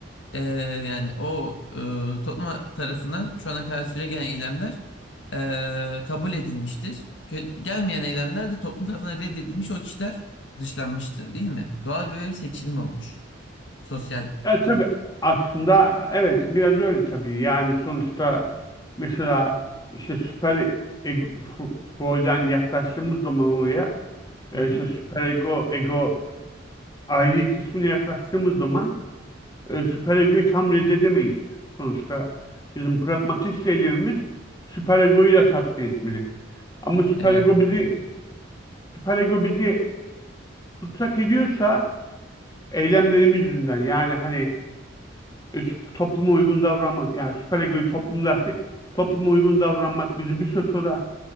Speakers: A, on the left (about 65°); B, on the left (about 20°).
A: ee, yani o e, topluma tarafından şu ana kadar süre gelen eylemler e, kabul edilmiştir. Kö- Gelmeyen eylemler de toplum tarafından reddedilmiş o kişiler dışlanmıştır değil mi? Doğal böyle bir seçilim olmuş. Sosyal.
B: E, tabii aslında evet biraz öyle tabii. Yani sonuçta mesela işte süper ego, F- Freud'dan yaklaştığımız zaman oraya e,
A: Hı hı.
B: işte süper ego, ego ayrı kısmına yaklaştığımız zaman e, süper egoyu tam reddedemeyiz. Sonuçta bizim pragmatist eylemimiz süper egoyu da tatmin etmeli. Ama süper
A: Evet.
B: ego bizi süper ego bizi tutsak ediyorsa eylemlerimiz yüzünden yani hani E, süp- topluma uygun davranmak yani süper egoyu toplum dersek topluma uygun davranmak bizi bir süre sonra